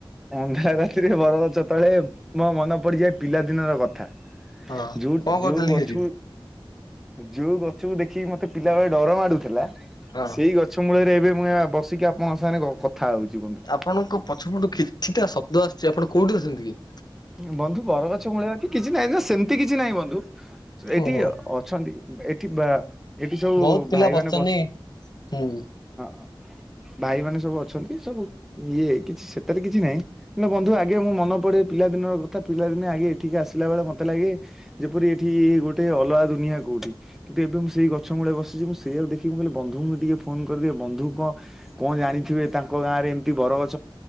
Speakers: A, in the centre; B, on the left.
A: ଅନ୍ଧାରରାତିରେ ବର ଗଛ ତଳେ ମୋ ମନେ ପଡିଯାଏ ପିଲାଦିନ ର କଥା।
B: ହଁ
A: ଜୁଟ
B: କଣ କରୁଥିଲି
A: ଯୋଉ ଗଛୁ
B: ସେଠି
A: ଯୋଉ ଗଛକୁ ଦେଖିକି ମତେ ପିଲାବେଳେ ଡର ମାଡୁଥିଲା
B: ହଁ।
A: ସେଇ ଗ ଛ ମୂଳରେ ଏବେ ମୁଁ ଏହା ବସିକି ଆପଣଙ୍କ ସାଙ୍ଗରେ କ କଥା ହଉଛି ବନ୍ଧୁ।
B: ଆପଣଙ୍କ ପଛପଟୁ କିଛିଟା ଶବ୍ଦ ଆସୁଛି ଆପଣ କୋଉଠି ଅଛନ୍ତି କି?
A: ବନ୍ଧୁ ବରଗଛ ମୂଳେ ଅଛି କିଛି ନାହିଁ ତ ସେମିତି କିଛି ନାହିଁ ବନ୍ଧୁ। ଏଠି
B: ଓହୋ।
A: ଅଛନ୍ତି ଏଠି ବା ଏଠି ସବୁ
B: ବହୁତ ପିଲା
A: ଭାଇ
B: ବସିଛନ୍ତି
A: ମାନେ ବସ
B: ହୁଁ।
A: ହଁ ଭାଇ ମାନେ ସବୁ ଅଛନ୍ତି ସବୁ ଇଏ କିଛି ସେଥିରେ କିଛି ନାହିଁ। ନା ବନ୍ଧୁ ଆଗେ ମୁଁ ମନ ପଡେ ପିଲାଦିନର କଥା। ପିଲାଦିନେ ଆଗେ ଏଠିକି ଆସିଲା ବେଳେ ମତେ ଲାଗେ ଯେପରି ଏଠି ଗୋଟେ ଅଲଗା ଦୁନିଆ କୋଉଠି। କିନ୍ତୁ ଏବେ ମୁଁ ସେଇ ଗଛ ମୂଳେ ବସିଛି। ମୁଁ ସେଇଆକୁ ଦେଖିକି ମୁଁ କହିଲି ବନ୍ଧୁଙ୍କୁ ଟିକେ ଫୋନ କରିଦିଏ ବନ୍ଧୁ କଣ କଣ ଜାଣିଥିବେ ତାଙ୍କ ଗାଁରେ ଏମିତି ବରଗ